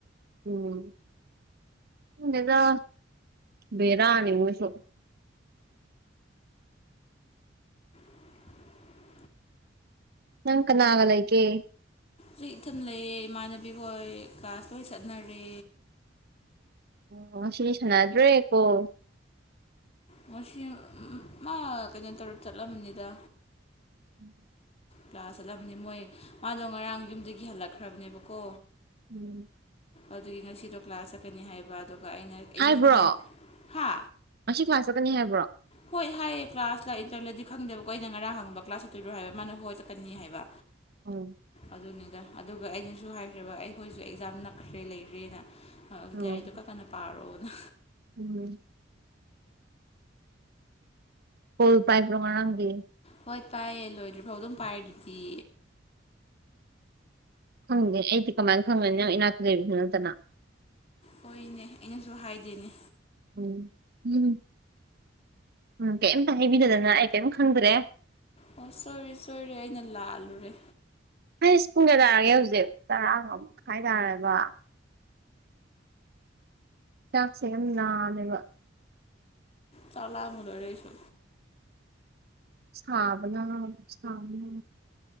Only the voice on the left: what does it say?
<inaudible>
ꯑꯩ ꯏꯊꯟ ꯂꯩꯌꯦ ꯏꯃꯥꯟꯅꯕꯤ ꯍꯣꯏ ꯀ꯭ꯂꯥꯁ ꯂꯣꯏ ꯆꯠꯅꯔꯦ
ꯉꯁꯤ ꯃꯥ ꯀꯩꯅꯣ ꯇꯧꯔ ꯆꯠꯂꯝꯃꯅꯤꯗ
ꯀ꯭ꯂꯥꯁ ꯆꯠꯂꯝꯅꯤ ꯃꯣꯏ ꯃꯥꯗꯣ ꯉꯔꯥꯡ ꯌꯨꯝꯗꯒꯤ ꯍꯜꯂꯛꯈ꯭ꯔꯕꯅꯦꯕꯀꯣ
ꯑꯗꯨꯒꯤ ꯉꯁꯤꯗꯣ ꯀ꯭ꯂꯥꯁ ꯆꯠꯀꯅꯤ ꯍꯥꯏꯕ ꯑꯗꯨꯒ ꯑꯩꯅ ꯑꯩꯅꯁꯨ
ꯃꯉꯣꯟ ꯍꯥ
ꯍꯣꯏ ꯍꯥꯏꯌꯦ ꯀ꯭ꯂꯥꯁꯇ ꯏꯟꯇꯔꯂꯗꯤ ꯈꯪꯗꯕꯀꯣ ꯑꯩꯅ ꯉꯔꯥꯡ ꯍꯪꯕ ꯀ꯭ꯂꯥꯁ ꯆꯠꯇꯣꯏꯔꯣ ꯍꯥꯏꯕ ꯃꯥꯅ ꯍꯣꯏ ꯆꯠꯀꯅꯤ ꯍꯥꯏꯕ
ꯑꯗꯨꯅꯤꯗ ꯑꯗꯨꯒ ꯑꯩꯅꯁꯨ ꯍꯥꯏꯈ꯭ꯔꯕ ꯑꯩꯈꯣꯏꯁꯨ ꯑꯦꯛꯖꯥꯝ ꯅꯛꯈ꯭ꯔꯦ ꯂꯩꯈ꯭ꯔꯦꯅ
ꯂꯥꯏꯔꯤꯛꯇꯣ ꯈꯔꯀꯟꯅꯥ ꯄꯥꯔꯣꯅ
ꯍꯣꯏ ꯄꯥꯏꯌꯦ ꯂꯣꯏꯗ꯭ꯔꯤꯐꯥꯎ ꯑꯗꯨꯝ ꯄꯥꯏ ꯑꯗꯨꯗꯤ
ꯍꯣꯏꯅꯦ ꯑꯩꯅꯁꯨ ꯍꯥꯏꯗꯦꯅꯦ
ꯑꯣ ꯁꯣꯏꯔꯤ ꯁꯣꯏꯔꯤ ꯑꯩꯅ ꯂꯥꯜꯂꯨꯔꯦ
ꯆꯥꯛ ꯂꯝꯕꯅ ꯂꯣꯏꯔꯦ ꯑꯩꯁꯨ